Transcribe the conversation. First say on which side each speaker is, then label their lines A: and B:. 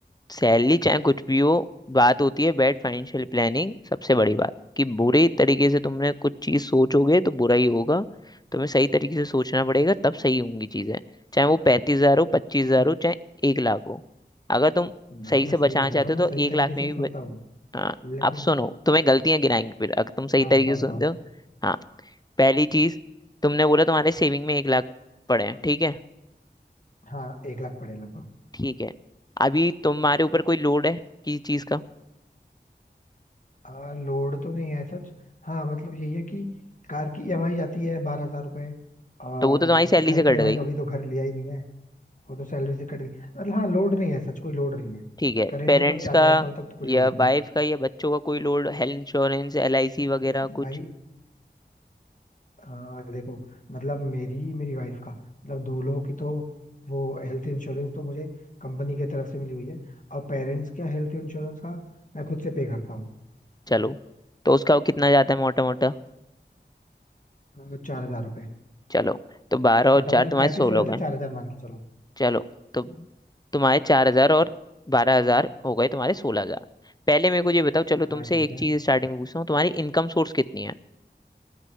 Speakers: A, on the left (about 20°); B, on the left (about 45°).
A: सैलरी चाहे कुछ भी हो बात होती है बैड फाइनेंशियल प्लानिंग सबसे बड़ी बात कि बुरे तरीके से तुमने कुछ चीज सोचोगे तो बुरा ही होगा तुम्हें सही तरीके से सोचना पड़ेगा तब सही होंगी चीजें चाहे वो पैंतीस हजार हो पच्चीस हजार
B: नहीं,
A: हो चाहे एक लाख हो अगर तुम
B: भाई
A: सही से
B: मैं सही
A: बचाना
B: बता
A: चाहते
B: रहा हूँ
A: हो
B: मैं
A: तो
B: सही
A: एक
B: तरीके
A: लाख
B: से
A: में
B: ही
A: भी
B: सोचता
A: बच-
B: हूँ
A: हाँ,
B: लेकिन
A: आप सुनो तुम्हें गलतियां गिनाएंगे फिर अगर तुम सही
B: हाँ
A: तरीके
B: बताओ
A: से
B: बताओ
A: सुनते हो हाँ पहली चीज तुमने बोला तुम्हारे सेविंग में एक लाख पड़े हैं ठीक है
B: हाँ एक लाख पड़े लगभग
A: ठीक है अभी तुम्हारे ऊपर कोई लोड है किसी चीज का
B: आ, लोड तो नहीं है सच हाँ मतलब यही है कि कार की ईएमआई आती है बारह हजार रुपए और
A: तो वो तो तुम्हारी सैलरी
B: घर
A: से
B: की
A: कट
B: ईएमआई
A: गई
B: तो अभी तो घर लिया ही नहीं है वो तो सैलरी से कट गई मतलब हाँ लोड नहीं है सच कोई लोड नहीं है
A: ठीक है
B: करेंट
A: पेरेंट्स
B: मतलब चार
A: का
B: पांच साल तक तो कोई
A: या
B: लोड नहीं
A: वाइफ
B: है
A: का या बच्चों का कोई load health insurance L I C वगैरह कुछ
B: भाई आ, देखो मतलब मेरी मेरी वाइफ का मतलब दो लोगों की तो वो हेल्थ इंश्योरेंस तो मुझे कंपनी की तरफ से मिली हुई है और पेरेंट्स का हेल्थ इंश्योरेंस का मैं खुद से पे करता
A: चलो तो उसका वो कितना जाता है मोटा मोटा
B: हूँ चार हजार रुपये
A: चलो तो बारह और
B: मोटा
A: चार
B: मतलब
A: तुम्हारे
B: पैंतीस
A: सोलह
B: हो जाता
A: हो गए
B: है चार हजार मान के चलो
A: चलो तो तुम्हारे चार हजार और बारह हजार हो गए तुम्हारे सोलह हजार पहले मेरे को ये बताओ चलो
B: हाँ
A: तुमसे
B: ठीक
A: एक
B: है
A: चीज स्टार्टिंग में पूछता हूँ तुम्हारी इनकम सोर्स कितनी है